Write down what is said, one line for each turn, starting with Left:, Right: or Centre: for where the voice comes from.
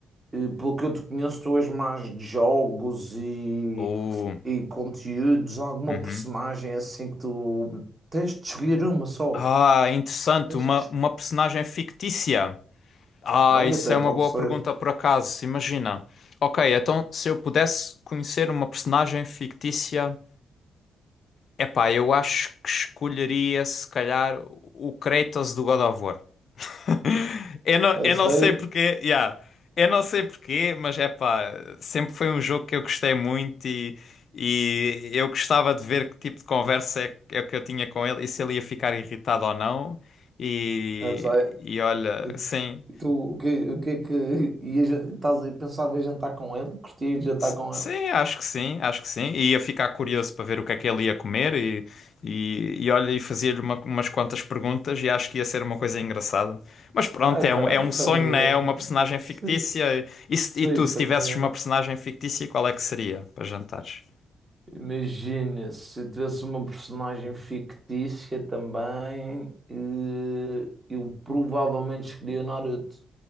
Right: eh, pelo que eu te conheço, tu és mais de jogos e,
Left: Oh,
Right: e conteúdos, alguma
Left: uhum.
Right: personagem assim que tu tens de escolher uma só.
Left: Ah, interessante,
Right: Tens
Left: uma,
Right: de... es-
Left: uma personagem fictícia. Ah,
Right: Olha,
Left: isso
Right: até
Left: é
Right: pode
Left: uma boa
Right: ser.
Left: pergunta por acaso, imagina. Ok, então se eu pudesse conhecer uma personagem fictícia Epá, eu acho que escolheria, se calhar, o Kratos do God of War. <laughs> Eu não,
Right: É
Left: eu
Right: sério,
Left: não sei porquê, yeah. Eu não sei porquê, mas é pá, sempre foi um jogo que eu gostei muito e, e eu gostava de ver que tipo de conversa é, que é que eu tinha com ele e se ele ia ficar irritado ou não. E,
Right: é sério.
Left: e olha,
Right: E
Left: sim.
Right: e tu, o que, o que é que <laughs> ias, estás, pensava em jantar com ele? Curtias jantar
Left: S-
Right: com
Left: Sim,
Right: ele?
Left: acho que sim, acho que sim. E ia ficar curioso para ver o que é que ele ia comer e, e, e olha, e fazia-lhe uma- umas quantas perguntas e acho que ia ser uma coisa engraçada. Mas pronto,
Right: Ah, Ok,
Left: é um, é um sonho,
Right: também
Left: né?
Right: é.
Left: É uma personagem fictícia.
Right: Sim,
Left: E, se-
Right: sim,
Left: e tu, se
Right: também
Left: tivesses
Right: é.
Left: uma personagem fictícia, qual é que seria para jantares?
Right: Imagina, se tivesse uma personagem fictícia também, eh, eu provavelmente escolhia Naruto.